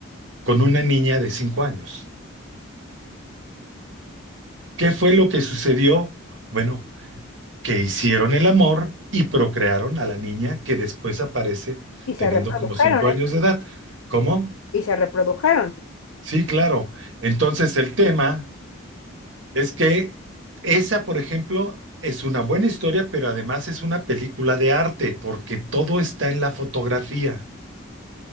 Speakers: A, on the right; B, on the left.
A: con una niña de cinco años. ¿Qué fue lo que sucedió? Bueno, que hicieron el amor y procrearon a la niña que después aparece
B: Y se
A: teniendo
B: reprodujeron,
A: como cinco
B: eso-
A: años de edad. ¿Cómo?
B: y se reprodujeron.
A: Sí, claro. Entonces el tema es que esa, por ejemplo, es una buena historia, pero además es una película de arte, porque todo está en la fotografía.